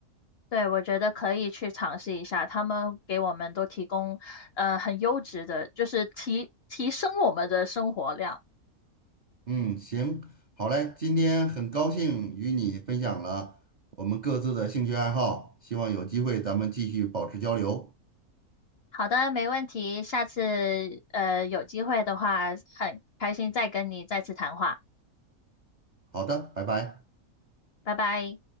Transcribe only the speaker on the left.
对，我觉得可以去尝试一下，他们给我们都提供呃很优质的，就是提提升我们的生活量。
好的，没问题，下次呃有机会的话，很开心再跟你再次谈话，
拜拜。